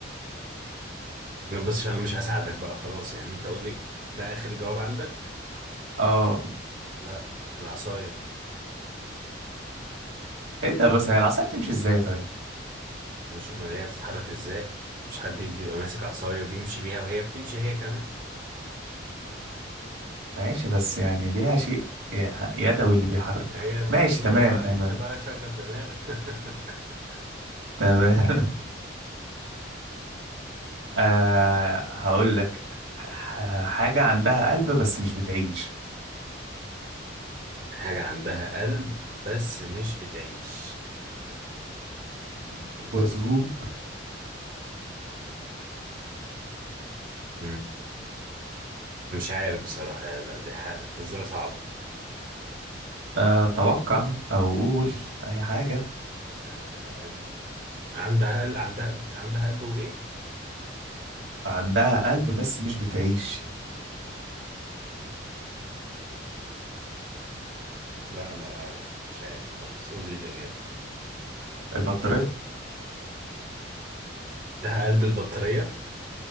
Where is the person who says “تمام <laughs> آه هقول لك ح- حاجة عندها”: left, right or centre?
Right